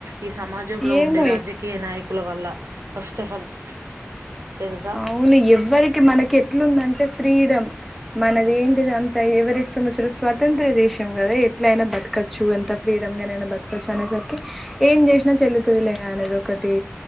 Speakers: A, on the right (about 85°); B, in the centre.
A: ఈ సమాజంలో
B: ఏమో
A: ఉండే రాజకీయ నాయకుల వల్ల ఫస్ట్ ఆఫ్ ఆల్ తెలుసా
B: అవును ఎవ్వరికి మనకి ఎట్లుందంటే ఫ్రీడమ్ మనది ఏంటిది అంత ఎవరి ఇష్టం వచ్చారు స్వతంత్ర దేశం కదా ఎట్లయినా బతకొచ్చు ఎంత ఫ్రీడమ్ గానైనా బతకచ్చు అనేసరికి ఏం చేసినా చెల్తుందిలే అనేది ఒక ఒకటి